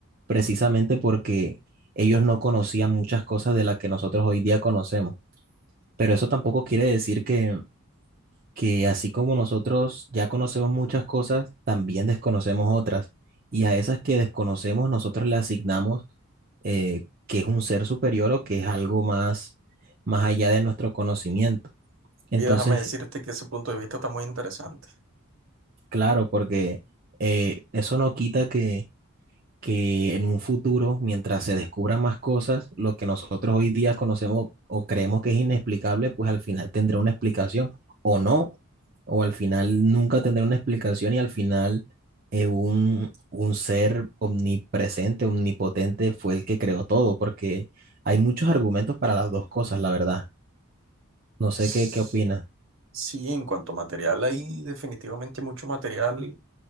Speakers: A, on the right; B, on the right.
A: precisamente porque ellos no conocían muchas cosas de las que nosotros hoy día conocemos. Pero eso tampoco quiere decir que, que así como nosotros ya conocemos muchas cosas, también desconocemos otras. Y a esas que desconocemos nosotros le asignamos eh, que es un ser superior o que es algo más, más allá de nuestro conocimiento. Entonces,
B: Y déjame decirte que ese punto de vista está muy interesante.
A: claro, porque eh, eso no quita que que en un futuro, mientras se descubran más cosas, lo que nosotros hoy día conocemos o creemos que es inexplicable, pues al final tendrá una explicación o no, o al final nunca tendrá una explicación y al final eh, un, un ser omnipresente, omnipotente fue el que creó todo, porque hay muchos argumentos para las dos cosas, la verdad. No sé
B: S-
A: qué, qué opinas.
B: Sí, en cuanto a material, hay definitivamente mucho material